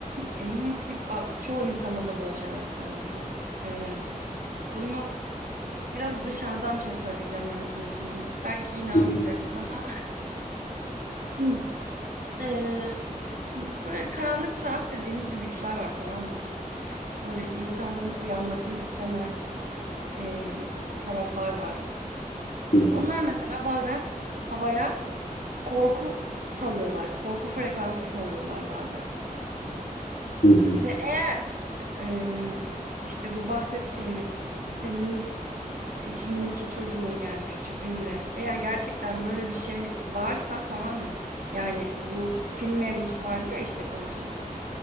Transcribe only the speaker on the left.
hı
hı,
hı hı,